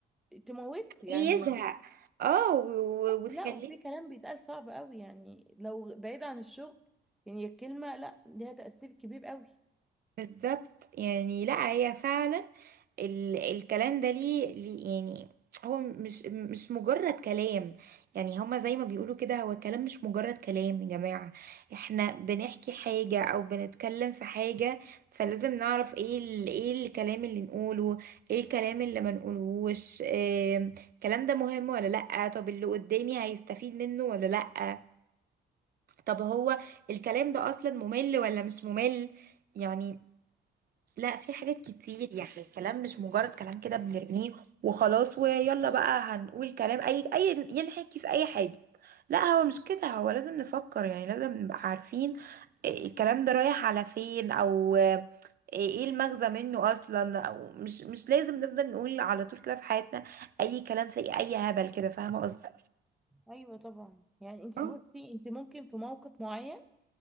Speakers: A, in the centre; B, on the right.
A: تموته يعني
B: يزهق اه و- و- وتخليه
A: لا وفي كلام بيتقال صعب قوي يعني لو بعيد عن الشغل يعني الكلمة لا ليها تأثير كبير قوي
B: بالظبط يعني لا هي فعلا ال الكلام ده ليه, ليه يعني هو مش مش مجرد كلام يعني هما زي ما بيقولوا كده هو الكلام مش مجرد كلام يا جماعة احنا بنحكي حاجة او بنتكلم في حاجة فلازم نعرف ايه ال ايه الكلام اللي نقوله ايه الكلام اللي ما نقولهوش إيه الكلام ده مهم ولا لأ طب اللي قدامي هيستفيد منه ولا لأ طب هو الكلام ده اصلا ممل ولا مش ممل يعني لا في حاجات كتير يعني الكلام مش مجرد كلام كده بنرميه وخلاص ويلا بقى هنقول كلام اي اي ينحكي في اي حاجة لا هو مش كده هو لازم نفكر يعني لازم نبقى عارفين إيه الكلام ده رايح على فين او ايه إيه المغزى منه اصلا او مش مش لازم نفضل نقول على طول كده في حياتنا اي كلام في اي هبل كده فاهمة قصدي
A: ايوه طبعا يعني انت
B: اه
A: بصي انت ممكن في موقف معين